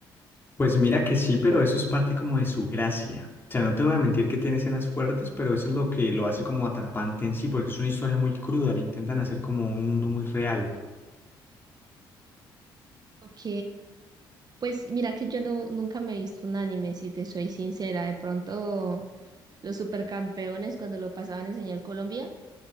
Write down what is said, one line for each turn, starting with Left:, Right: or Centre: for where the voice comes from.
Left: Pues mira que sí, pero eso es parte como de su gracia. O sea, no te voy a mentir que tiene escenas fuertes, pero eso es lo que lo hace como atrapante en sí, porque es una historia muy cruda, le intentan hacer como un mundo muy real.
Right: Ok, pues mira que yo no, nunca me he visto un anime, si te soy sincera, de pronto los supercampeones cuando lo pasaban en Señal Colombia,